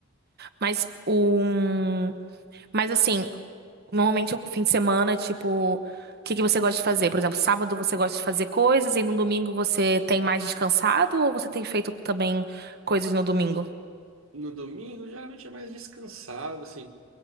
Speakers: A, on the right; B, on the right.
A: Mas o. Mas assim, normalmente o fim de semana, tipo, o que que você gosta de fazer? Por exemplo, sábado você gosta de fazer coisas e no domingo você tem mais descansado ou você tem feito também coisas no domingo?
B: No domingo, geralmente é mais descansado, assim,